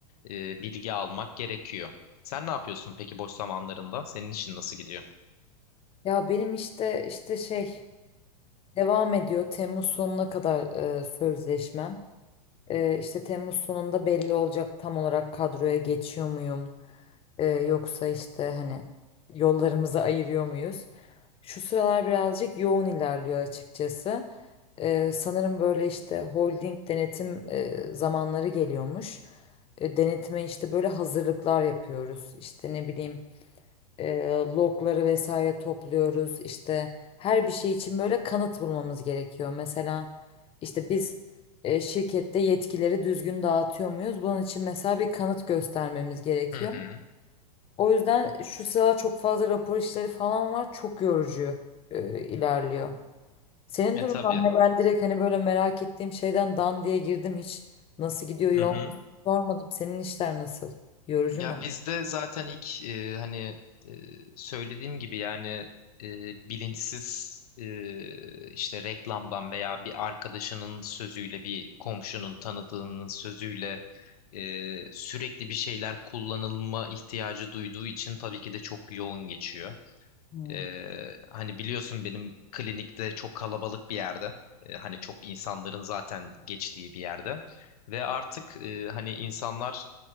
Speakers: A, on the left; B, on the left.
A: e, bilgi almak gerekiyor. Sen ne yapıyorsun peki boş zamanlarında? Senin için nasıl gidiyor?
B: Ya benim işte işte şey devam ediyor. Temmuz sonuna kadar e, sözleşmem. E, işte Temmuz sonunda belli olacak tam olarak kadroya geçiyor muyum? E, yoksa işte hani yollarımızı ayırıyor muyuz? Şu sıralar birazcık yoğun ilerliyor açıkçası. Ee, sanırım böyle işte holding denetim e, zamanları geliyormuş. E, denetime işte böyle hazırlıklar yapıyoruz. İşte ne bileyim e, logları vesaire topluyoruz. İşte her bir şey için böyle kanıt bulmamız gerekiyor. Mesela işte biz e, şirkette yetkileri düzgün dağıtıyor muyuz? Bunun için mesela bir kanıt göstermemiz gerekiyor.
A: Hı hı.
B: O yüzden şu sıra çok fazla rapor işleri falan var. Çok yorucu e, ilerliyor. Senin
A: E
B: durumun
A: tabii.
B: ne? Ben direkt hani böyle merak ettiğim şeyden dan diye girdim. Hiç nasıl gidiyor yoğun
A: Hı hı.
B: sormadım. Senin işler nasıl? Yorucu
A: Ya
B: mu?
A: bizde zaten ilk e, hani e, söylediğim gibi yani e, bilinçsiz e, işte reklamdan veya bir arkadaşının sözüyle bir komşunun tanıdığının sözüyle e, sürekli bir şeyler kullanılma ihtiyacı duyduğu için tabii ki de çok yoğun geçiyor.
B: Hmm.
A: Ee, hani biliyorsun benim klinikte çok kalabalık bir yerde. Ee, hani çok insanların zaten geçtiği bir yerde. Ve artık e, hani insanlar